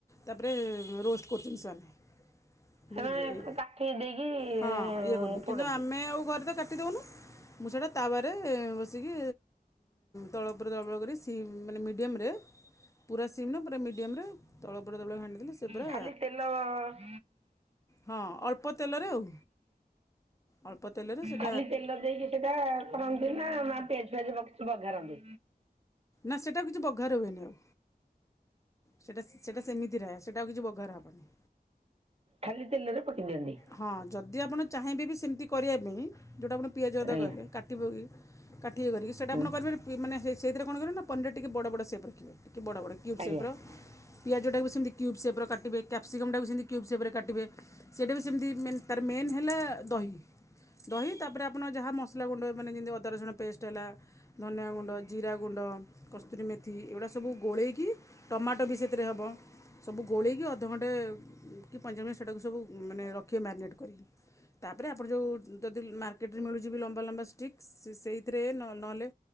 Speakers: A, on the left; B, on the right.
A: ତାପରେ ରୋଷ୍ଟ କରୁଛନ୍ତି ସମାନେ।
B: ସେମାନେ
A: ବୁଝିଲେ ଏଇ,
B: କାଠି ଦେଇକି ଅ,
A: ହଁ ଇଏ କରୁନି
B: ପୋଡନ୍ତି
A: କିନ୍ତୁ ଆମେ ଆଉ ଘରେ ତ କାଟିଦଉନୁ। ମୁଁ ସେଟା ତାୱାରେ ବସିକି ତଳ ଉପର ତଳ ଉପର କରି ସିମ୍ ମାନେ ମିଡ଼ିୟରେ, ପୁରା ସିମ୍ ନୁହେଁ, ପୁରା ମିଡ଼ିୟମରେ ତଳ ଉପର ତଳ ଉପର ଘାଣ୍ଟି ଦଲେ ସେ ପୁରା
B: ଖାଲି ତେଲ
A: ହଁ ଅଳ୍ପ ତେଲରେ ଆଉ। ଅଳ୍ପ ତେଲରେ ସେଇ
B: ଖାଲି ତେଲ ଦେଇକି ସେଇଟା କରନ୍ତି ନା ପିଆଜ ଫିଆଜ ପକେଇକି ବଘାରନ୍ତି।
A: ନା ସେଇଟା କିଛି ବଘାର ହୁଏନି ଆଉ। ସେଟା ସେଇଟା ସେମିତିରେ ସେଇଟା ଆଉ କିଛି ବଘାର ହେବନି।
B: ଖାଲି ତେଲରେ ପକେଇ ଦିଅନ୍ତି।
A: ହଁ ଯଦି ଆପଣ ଚାହିଁବେ ବି ସେମିତି କରିବା ପାଇଁ, ଯୋଉଟା ଆପଣ ପିଆଜ ଅଦା
B: ଆଜ୍ଞା
A: କହିଲେ, କାଟିବ କି କାଟିଏ କରିକି ସେଟା
B: ହଁ
A: ଆପଣ କରିବାପାରିବେ, ମାନେ ସେଥିରେ କଣ କରିବ ନା ପନିରରେ ଟିକେ ବଡ଼ ବଡ ସେପ୍ ରଖିବେ ଟିକେ ବଡ ବଡ କି। କ୍ୟୁବ୍
B: ଆଜ୍ଞା
A: ସେପର, ପିଆଜଟାକୁ ସେମତି କ୍ୟୁବ୍ ସେପର କାଟିବେ, କାପ୍ସିକମ୍ ଟାକୁ ସେମିତି କ୍ୟୁବ୍ ସେପର କାିଟିବେ ସେଟା ବି ସେମିତି ମେନ ତାର ମେନ୍ ହେଲା ଦହି। ଦହି ତାପରେ ଆପଣ ଯାହା ମସଲା ଗୁଣ୍ଡ ମାନେ ଯେମିତି ଅଦା ରସୁଣ ପେଷ୍ଟ ହେଲା ଧନିଆ ଗୁଣ୍ଡ, ଜିରା ଗୁଣ୍ଡ, କସ୍ତୁରୀ, ମେଥି ଏଗୁଡ଼ା ସବୁ ଗୋଳେଇକି ଟମାଟୋ ବି ସେଥିରେ ହବ। ସବୁ ଗୋଳେଇକି ଅଧଘଣ୍ଟେ କି ପଇଁଚାଳିଶି ମିନିଟ୍ ସେଟାକୁ ସବୁ ମାନେ ରଖିବେ ମ୍ୟାରିନେଟ୍ କରିକି। ତା ପରେ ଆପଣ ଯଉ ଯଦି ମାର୍କେଟରେ ମିଳୁଯିବି ଲମ୍ବା ଲମ୍ବା ଷ୍ଟିକ୍, ସେଇଥିରେ ନ ନହେଲେ